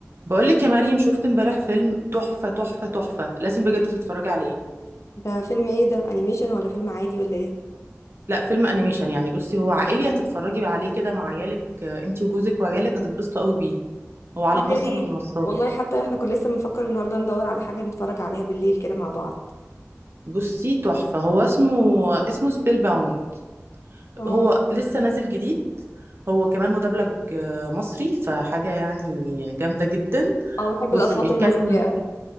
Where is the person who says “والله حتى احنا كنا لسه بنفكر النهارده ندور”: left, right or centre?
Left